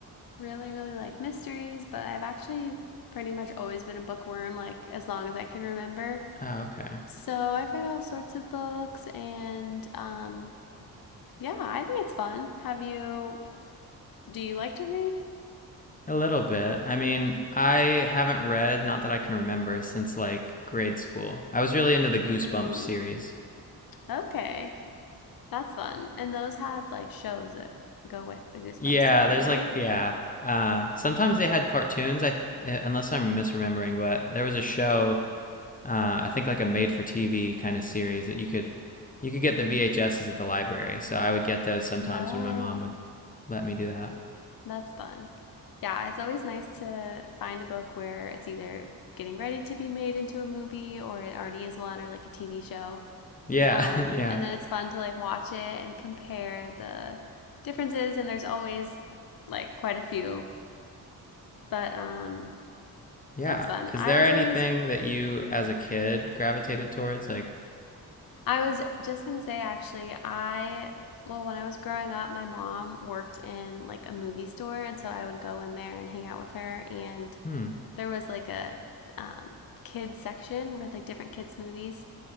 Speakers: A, on the left; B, on the left.
A: really, really like mysteries, but I've actually pretty much always been a bookworm, like as long as I can remember.
B: Oh, okay.
A: So I've read all sorts of books, and um, yeah, I think it's fun. Have you? Do you like to read?
B: A little bit. I mean, I haven't read, not that I can remember, since like grade school. I was really into the Goosebumps
A: Hmm.
B: series.
A: Okay, that's fun. And those had like shows that go with the Goosebumps
B: Yeah,
A: series,
B: there's
A: right?
B: like, yeah. Uh, sometimes they had cartoons, I, unless I'm misremembering, but there was a show uh, I think like a made for TV kind of series that you could you could get the VHSs at the library. So I would get those sometimes
A: Oh,
B: when my mom would let me do that.
A: That's fun. Yeah, it's always nice to find a book where it's either getting ready to be made into a movie or it already is one or like a TV show.
B: Yeah,
A: Um,
B: <laughs> yeah.
A: and then it's fun to like watch it and compare the differences and there's always like quite a few. But um
B: Yeah.
A: that's fun.
B: Is
A: I
B: there
A: was
B: anything
A: always
B: that you as a kid gravitated towards like
A: I was just going to say actually I well when I was growing up my mom worked in like a movie store and so I would go in there and hang out with her and
B: hmm
A: there was like a um, kids section with like different kids movies